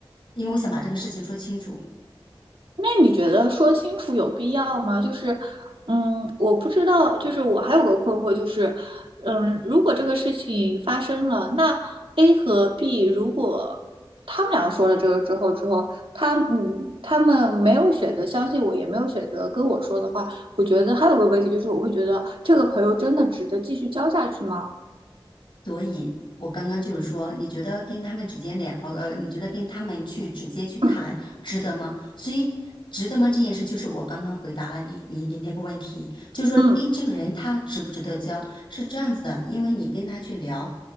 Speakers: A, on the left; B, on the right.
A: 因为我想把这个事情说清楚。
B: 那你觉得说清楚有必要吗？就是，嗯，我不知道，就是我还有个困惑，就是，嗯，如果这个事情发生了，那 A 和 B 如果他们两个说了这个之后，之后他嗯，他们没有选择相信我，也没有选择跟我说的话，我觉得还有个问题就是，我会觉得这个朋友真的值得继续交下去吗？
A: 所以，我刚刚就是说，你觉得跟他们直接聊，呃呃，你觉得跟他们去直接去谈，
B: 嗯
A: 值得吗？所以，值得吗？这件事就是我刚刚回答了你，你你那个问题，就是说，
B: 嗯
A: 诶，这个人他值不值得交，是这样子的，因为你跟他去聊，